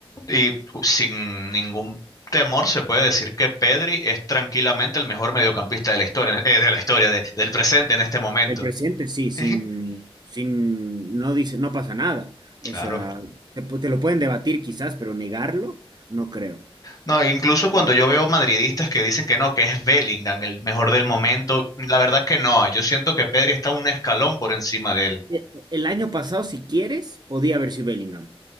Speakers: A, on the left; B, on the right.
A: Y sin ningún temor se puede decir que Pedri es tranquilamente el mejor mediocampista de la historia, eh, de la historia, de- del presente en este momento.
B: El presente, sí,
A: <laughs>
B: sin, sin, no dice, no pasa nada.
A: Claro.
B: O sea, te, pu- te lo pueden debatir quizás, pero negarlo, no creo.
A: No, e incluso cuando
B: O
A: yo veo madridistas que dicen que no, que es Bellingham el mejor del momento, la verdad que no, yo siento que Pedri está un escalón por encima de él.
B: e- e, El año pasado, si quieres, podía haber sido Bellingham,